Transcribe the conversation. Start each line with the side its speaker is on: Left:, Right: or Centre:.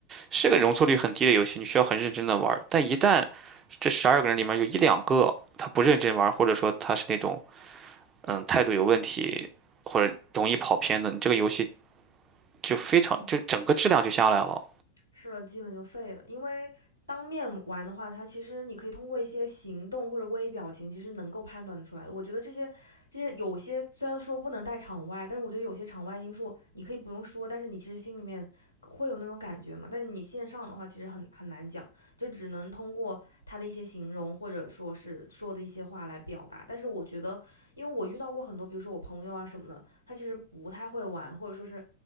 Right: 是个容错率很低的游戏，你需要很认真的玩儿。但一旦这十二个人里面有一两个他不认真玩儿，或者说他是那种嗯态度有问题，或者容易跑偏的，你这个游戏。就非常就整个质量就下来了。
Left: 嗯。是的，基本就废了。因为当面玩的话，它其实你可以通过一些行动或者微表情，其实能够判断出来的。我觉得这些这些有些虽然说不能带场外，但是我觉得有些场外因素你可以不用说，但是你其实心里面会有那种感觉嘛。但是你线上的话，其实很很难讲，就只能通过他的一些形容或者说是说的一些话来表达。但是我觉得，因为我遇到过很多，比如说我朋友啊什么的，他其实不太会玩，或者说是